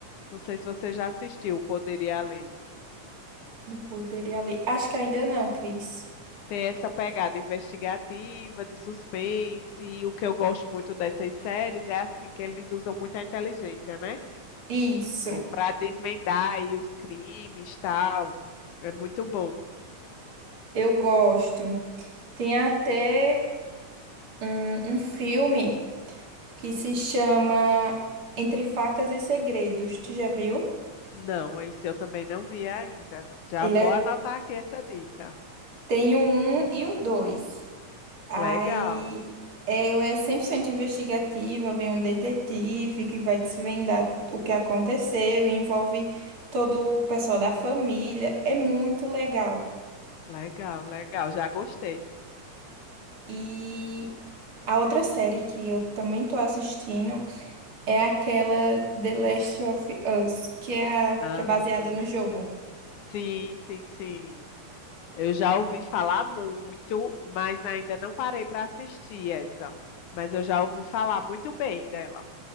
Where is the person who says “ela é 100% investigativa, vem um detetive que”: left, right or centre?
Right